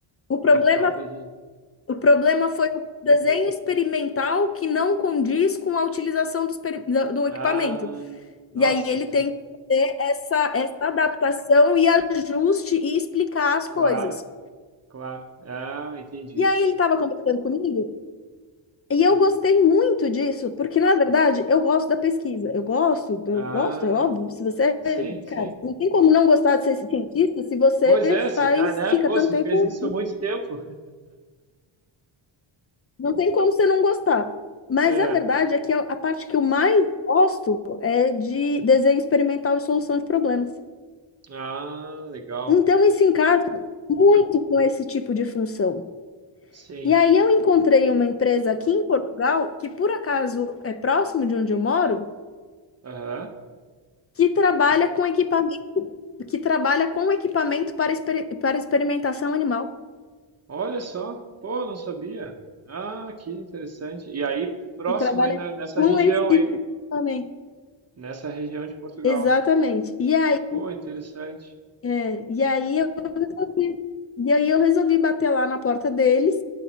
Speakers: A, on the left; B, on the right.
A: O problema,
B: É falta de.
A: o problema foi o desenho experimental que não condiz com a utilização do, experi- da- do
B: Ah,
A: equipamento.
B: nossa,
A: E aí ele tem que fazer essa, essa adaptação e ajuste e explicar as
B: claro,
A: coisas.
B: claro. Ah, entendi.
A: E aí ele estava conversando comigo e
B: Sim.
A: eu gostei muito disso, porque na verdade eu gosto da pesquisa. Eu gosto, eu
B: Ah,
A: gosto, é óbvio. Se você,
B: sim, sim.
A: cara, não tem como não gostar de ser cientista se você
B: Pois é, se
A: faz,
B: tá, né?
A: fica
B: Pô,
A: tanto
B: se
A: tempo,
B: fez isso há muito tempo.
A: não tem como você não gostar. Mas
B: É.
A: a verdade é que a a parte que eu mais gosto é de desenho experimental e solução de problemas.
B: Ah, legal.
A: Então, isso encaixa muito com esse tipo de função.
B: Sim.
A: E aí, eu encontrei uma empresa aqui em Portugal, que por acaso é próximo de onde eu moro,
B: Aham.
A: que trabalha com equipamento, que trabalha com equipamento para, exper- para experimentação animal,
B: Olha só, pô, não sabia. Ah, que interessante. E aí, próximo
A: que trabalha
B: aí na- nessa
A: com
B: região
A: esse tipo
B: aí,
A: de equipamento.
B: nessa região de Portugal.
A: Exatamente. E aí,
B: Pô, interessante.
A: é, e aí eu resolvi, e aí eu resolvi bater lá na porta deles